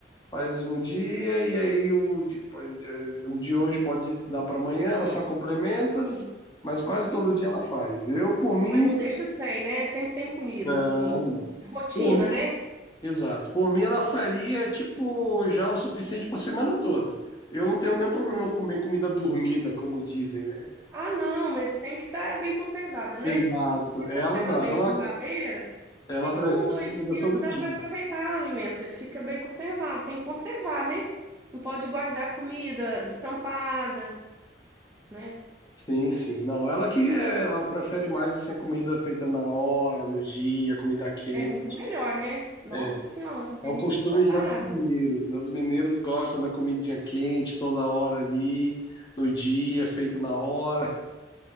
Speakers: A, on the left; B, on the right.
A: faz um dia e aí o de, o de hoje pode dar para amanhã, ela só complementa,
B: Sim.
A: mas quase todo
B: Aham.
A: dia ela faz. Eu, por mim,
B: Mas não deixa sem, né? Sempre tem comida,
A: não,
B: assim.
A: não.
B: Rotina,
A: Por
B: né?
A: Exato. Por mim, ela faria, tipo, já o suficiente para semana toda. Eu não tenho nenhum problema
B: Sim.
A: em comer comida dormida, como dizem, né?
B: Ah, não, mas tem que estar bem conservada, né?
A: Exato.
B: Se você
A: Ela
B: conserva
A: não,
B: bem
A: ela,
B: na geladeira,
A: ela
B: fica
A: prefere
B: um, dois
A: comida
B: dias,
A: todo
B: dá
A: dia.
B: para aproveitar o alimento, e fica bem conservado. Tem que conservar, né? Não pode guardar comida destampada. né?
A: Sim, sim. Não, ela que ela prefere mais assim, a comida feita na hora, no dia, comida quente.
B: É muito melhor, né? Nossa
A: É,
B: Senhora, não tem
A: é o
B: nem
A: costume
B: o que comparar,
A: já dos mineiros,
B: né?
A: né? Os mineiros gostam da comidinha quente toda hora ali, no dia, feito na hora.